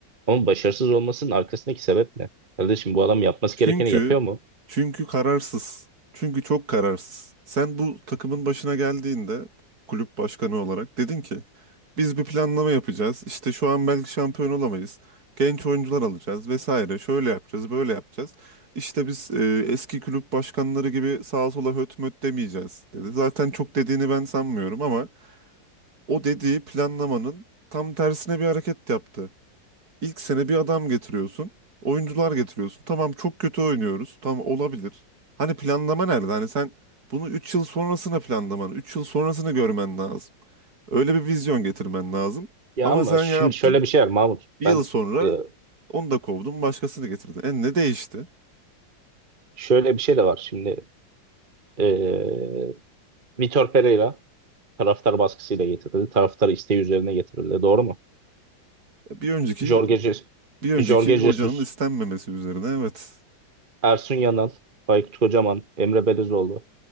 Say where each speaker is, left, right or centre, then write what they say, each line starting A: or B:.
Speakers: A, on the right (about 30°); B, on the right (about 55°).
A: Ama başarısız olmasının arkasındaki sebep ne? Kardeşim bu adam yapması
B: Çünkü
A: gerekeni yapıyor mu?
B: çünkü kararsız. Çünkü çok kararsız. Sen bu takımın başına geldiğinde kulüp başkanı olarak dedin ki biz bir planlama yapacağız. İşte şu an belki şampiyon olamayız. Genç oyuncular alacağız vesaire. Şöyle yapacağız, böyle yapacağız. İşte biz e, eski kulüp başkanları gibi sağa sola höt möt demeyeceğiz dedi. Zaten çok dediğini ben sanmıyorum ama o dediği planlamanın tam tersine bir hareket yaptı. İlk sene bir adam getiriyorsun. Oyuncular getiriyorsun. Tamam çok kötü oynuyoruz. Tamam olabilir. Hani planlama nerede? Hani sen bunu 3 yıl sonrasına planlaman, 3 yıl sonrasını görmen lazım. Öyle bir vizyon getirmen lazım.
A: Ya
B: Ama
A: ama
B: sen
A: şimdi
B: ya yaptın?
A: şöyle bir şey var Mahmut.
B: Bir yıl
A: Ben
B: sonra
A: eee,
B: onu da kovdun, başkasını getirdin. E ne değişti?
A: şöyle bir şey de var. Şimdi eee Vitor Pereira Taraftar baskısıyla getirildi. Taraftar isteği üzerine getirildi. Doğru mu?
B: E, Bir önceki
A: Jorge, Je-
B: bir önceki
A: Jorge
B: hocanın
A: Jesus,
B: istenmemesi üzerine. Evet.
A: Ersun Yanal, Aykut Kocaman, Emre Belezoğlu,